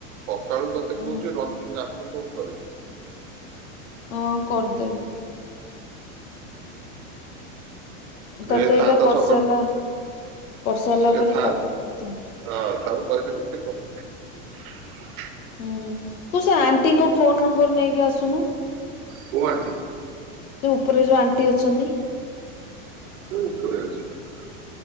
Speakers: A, on the right; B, on the left.
A: ସକାଳୁ ତତେ
B: ହଁ
A: କୋହୁଚି ରଞ୍ଜନ ୟାକୁ ଫୋନ୍ କରେ।
B: ହଁ କରିଦେବି। ତତେ
A: ଏ
B: ଏଇଟା
A: ଛାତ
B: କରିସାରିଲା
A: ସକାଳୁ
B: କରିସାରିଲା
A: ସେ
B: ପରେ
A: ଥାଆ
B: ତାକୁ କରିଦେବି
A: ହଁ ତାଙ୍କୁ କରିଦେଲେ ସେ କରିଦେଇ ଜିନଷ <inaudible>
B: ହୁଁ ତୁ ସେ ଆଣ୍ଟିଙ୍କ ଫୋନ୍ ନମ୍ବର୍ ନେଇକି ଆସୁନୁ।
A: କୋଉ ଆଣ୍ଟି?
B: ସେ ଉପରେ ଯୋଉ ଆଣ୍ଟି ଅଛନ୍ତି।
A: ମୁଁ ଉପରେ ଅଛି <unintelligible>